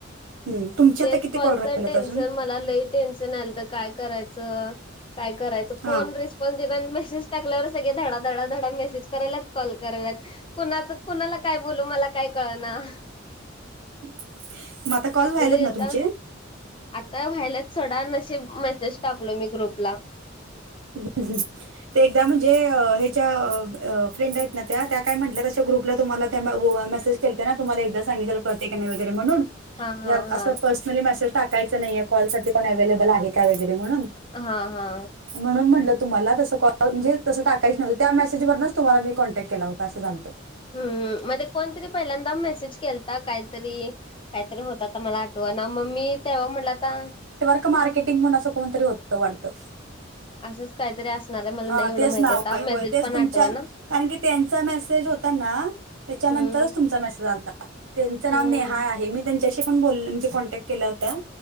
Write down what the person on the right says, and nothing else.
हम्म तुमच्या
आता किती
कॉल राहिलेत
अजून
हा
मग आता कॉल व्हायलात
ना
तुमचे.
अ हं अ हं. ते एकदा म्हणजे ह्याच्या अ अ फ्रेंड आहेत ना त्या त्या काय म्हटल्या तशा ग्रुपला तुम्हाला त्या गु वा मेसेज. ते तुम्हाला एकदा सांगितलेल कळतय का नाही वगैर म्हणून.
यात असं
पर्सनली मेसेज टाकायच नाहीय कॉल साठी कोण अव्हेलेबल आहे का वगैरे म्हणून.
म्हणून म्हटलं तुम्हाला तस कॉल म्हणजे तसं टाकायच नव्हतं त्या मेसेजवरनच तुम्हाला मी कॉन्टॅक्ट केला होता असं झालतं.
का मार्केटिंग असं कोणतरी होतं वाटतं.
हा
तेच
ना
होय
होय तेच
तुमच्या
कारण की त्यांचा मेसेज. ना त्याच्या नंतरच
तुमचा मेसेज आलता त्यांच नाव
नेहा आहे मी त्यांच्याशी. मी पण बोलले म्हणजे कॉन्टॅक्ट केला होता